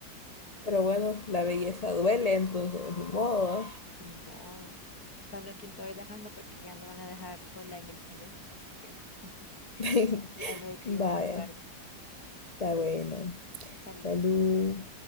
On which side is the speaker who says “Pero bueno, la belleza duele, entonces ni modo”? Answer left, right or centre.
Left